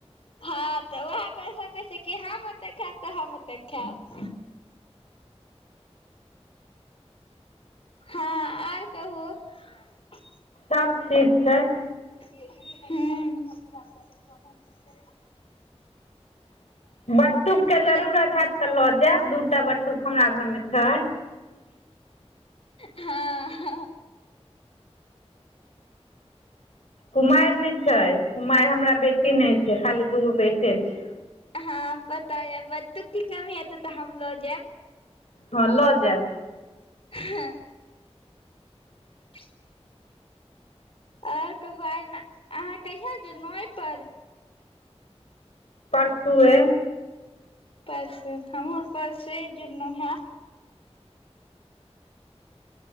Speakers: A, on the left; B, on the left.
A: हँ तऽ उहै पर सब कहै छै कि हम ओत्त खैब तऽ हम ओत्त खैब। हँ आर कहू। <unintelligible>
B: सब ठीक छै।
A: हुं
B: बट्टूकके
A: पूजा
B: जरूरत हैत तऽ लऽ जैब दू टा बट्टुक हमरा घरमे छय।
A: हँ
B: कुमैइर नय छै कुमाइर हमरा बेटी नय छै खाली दूग्गो बेटे छै।
A: हँ पता यैऽ। बट्टुक के कमी हेतय तऽ हम लऽ जैऽब।
B: हं ल जैब।
A: हँ <inaudible> आओर कहुं आय न अहाँ कहिया जुड़नऊ अय पर
B: परसूए
A: परसु हमहुँ परसुए जुड़नऊ हैं।